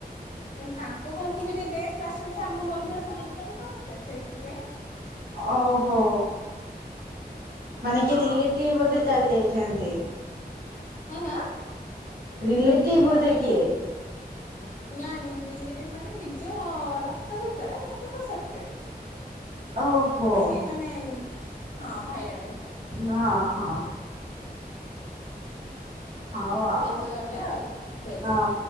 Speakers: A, on the left; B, on the right.
A: ତାଙ୍କ ଘରକୁ ବି ଯ ଗେଷ୍ଟ ଆସିଚନ୍ତି, ସେ ଆମ ଘରକୁ ସମସ୍ତେ। ସେଇଥିପାଇଁ
B: ଓହୋ। ମାନେ
A: ହଁ
B: କିଏ ରିଲେଟିଭ ଗୋଟେ ଚାଲି ଯାଇଚନ୍ତି।
A: ହଁ ହଁ।
B: ରିଲେଟିଭ
A: କଣ
B: ବୋଧେ
A: କହିଲ?
B: କିଏ?
A: ନା ରିଲେଟିଭ ମାନେ ନିଜ ରକ୍ତ ଭିତର କିନ୍ତୁ ସେ ସେପରେଟ୍।
B: ଓହୋ
A: ସେ ମାନେ ହଁ ଭାଇଆ ଟା ଭିତରେ।
B: ହଁ ହଁ ହଉ ଆଉ।
A: ଜେଜେ ଗଲେ ଆଉ ଜେଜେ
B: ଅ